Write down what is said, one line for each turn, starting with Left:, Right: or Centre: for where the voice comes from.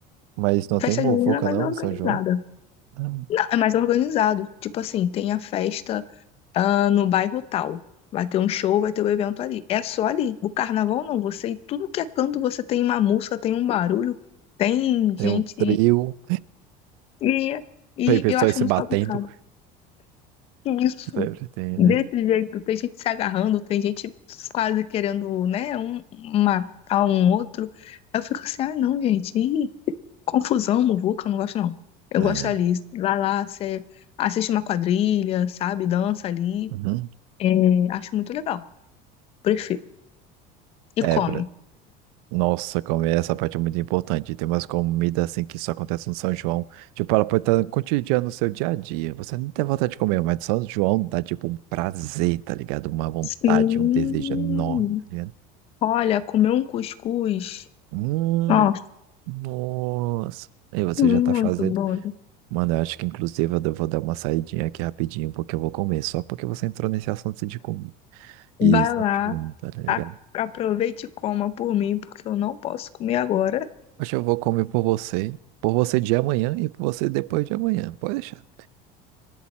Right: Mas não tem
Left: Festa
Right: muvuca,
Left: junina é mais
Right: não,
Left: organizada.
Right: no São João? Ah,
Left: Não, é mais organizado. Tipo assim, tem a festa, ah, no bairro tal. Vai ter um show, vai ter um evento ali. É só ali. O carnaval não. Você, em tudo que é canto, você tem uma música, tem um barulho, tem
Right: Tem
Left: gente.
Right: um trio,
Left: E, e
Right: tem pessoas
Left: eu acho
Right: se
Left: muito
Right: batendo.
Left: bagunçado. Que Isso.
Right: Sempre tem,
Left: Desse
Right: né?
Left: jeito, tem gente se agarrando, tem gente quase querendo, né, um, matar um outro. Eu fico assim, ah, não, gente. ih, Confusão, muvuca, eu não gosto, não. Eu
Right: É,
Left: gosto ali, vai lá, você assiste uma quadrilha, sabe? Dança ali.
Right: uhum.
Left: É, acho muito legal. Prefiro. E
Right: É,
Left: come.
Right: pra- nossa, como é essa parte é muito importante. Tem umas comidas assim que só acontece no São João. Tipo, ela pode estar cotidiana no seu dia a dia. Você não tem vontade de comer, mas São João dá tipo um prazer, tá ligado? Uma vontade,
Left: Sim.
Right: um desejo enorme, tá ligado?
Left: Olha, comer um cuscuz.
Right: Hum,
Left: Nossa,
Right: nossa. E você
Left: muito
Right: já tá fazendo.
Left: bom.
Right: Mano, eu acho que inclusive eu vou dar uma saidinha aqui rapidinho, porque eu vou comer, só porque você entrou nesse assunto de comer. E
Left: Vai
Right: isso,
Left: lá,
Right: tá ligado?
Left: a- aproveite e coma por mim, porque eu não posso comer agora.
Right: Hoje eu vou comer por você, por você de amanhã e por você depois de amanhã. Pode deixar.